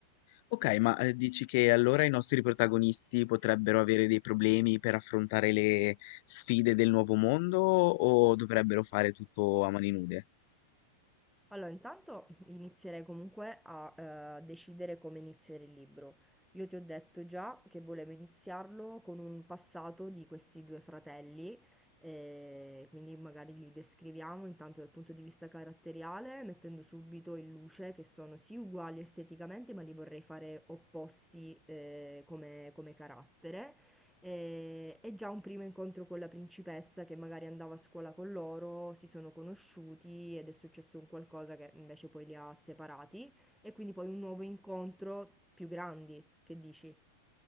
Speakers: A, on the left; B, in the centre.
A: Ok, ma eh, dici che allora i nostri protagonisti potrebbero avere dei problemi per affrontare le sfide del nuovo mondo o dovrebbero fare tutto a mani nude?
B: Allora, intanto inizierei comunque a eh, decidere come iniziare il libro. Io ti ho detto già che volevo iniziarlo con un passato di questi due fratelli, eh, quindi magari li descriviamo intanto dal punto di vista caratteriale, mettendo subito in luce che sono sì uguali esteticamente, ma li vorrei fare opposti eh, come, come carattere e, e già un primo incontro con la principessa che magari andava a scuola con loro, si sono conosciuti ed è successo un qualcosa che invece poi li ha separati e quindi poi un nuovo incontro più grandi, che dici?